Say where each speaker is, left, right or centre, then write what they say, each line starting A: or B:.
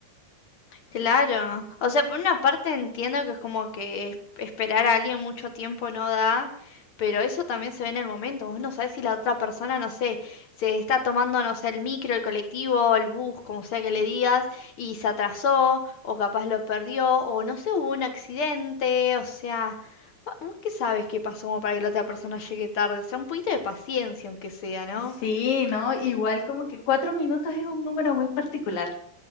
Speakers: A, on the left (about 45°); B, on the left (about 85°).
A: claro. O sea, por una parte entiendo que es como que es- esperar a alguien mucho tiempo no da, pero eso también se ve en el momento. Vos no sabés si la otra persona, no sé, se está tomando, no sé, el micro, el colectivo, el bus, como sea que le digas, y se atrasó, o capaz lo perdió, o no sé, hubo un accidente, o sea... ¿vo- ¿Vos qué sabes qué pasó como para que la otra persona llegue tarde? O sea, un poquito de paciencia, aunque sea, ¿no?
B: Sí, ¿no? Igual como que cuatro minutos es un número muy particular.